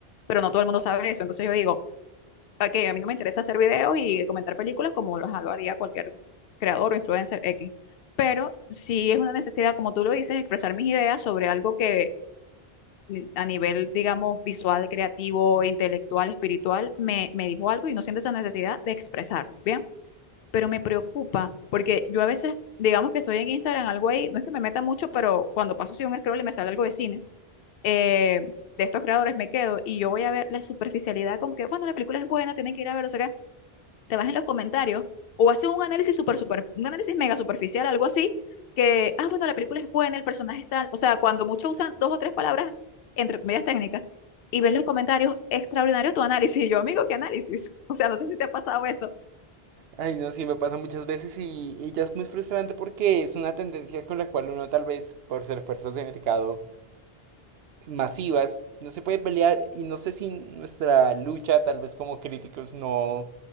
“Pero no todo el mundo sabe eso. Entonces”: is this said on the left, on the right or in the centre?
Left